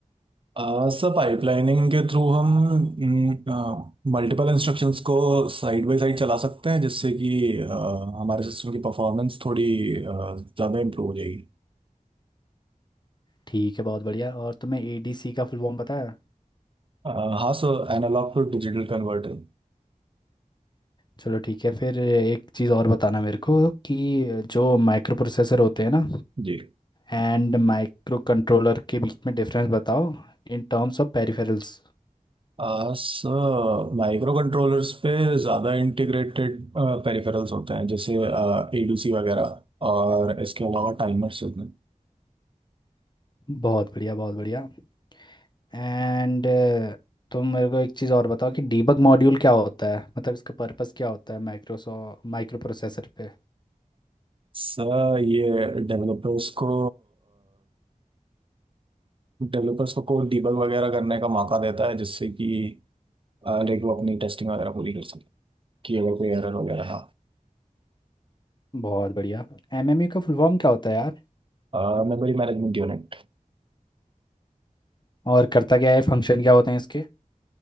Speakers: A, on the right (about 40°); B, on the left (about 30°).
A: आ, सर पाइपलाइनिंग के थ्रू हम मल्टीपल इंस्ट्रक्शंस को साइड बाय साइड चला सकते हैं जिससे कि आ, हमारे सिस्टम की परफॉर्मेंस थोड़ी आ, ज़्यादा इम्प्रूव हो जाएगी
B: ठीक है बहुत बढ़िया और तुम्हें एडीसी का फुल फॉर्म पता है
A: आ, हाँ sir analogue to digital converter
B: चलो ठीक है फिर एक चीज़ और बताना मेरे को कि जो माइक्रो प्रोसेसर होते हैं ना
A: Ji
B: एंड माइक्रो कंट्रोलर के बीच में डिफरेंस बताओ इन टर्म्स ऑफ पेरिफेरल्स
A: आ, Sir microcontrollers पे ज़्यादा इंटीग्रेटेड पेरिफेरल्स होते हैं जैसे एडीसी वगैरह और इसके अलावा टाइमर्स होते हैं
B: बहुत बढ़िया बहुत बढ़िया एंड तुम मेरे को एक चीज़ और बताओ कि डीबग मॉड्यूल क्या होता है मतलब इसका पर्पस क्या होता है माइक्रोसो माइक्रो प्रोसेसर पे
A: सर ये डेवलपर्स को डेवलपर्स को कोड डीबग वगैरह करने का मौका देता है जिससे कि लाइक वो अपनी टेस्टिंग वगैरह पूरी कर सके कि अगर कोई एरर वगैरह
B: बहुत बढ़िया एमएमयू का फुल फॉर्म क्या होता है यार
A: हाँ मेमोरी मैनेजमेंट यूनिट
B: और करता क्या है फंक्शन क्या होते हैं इसके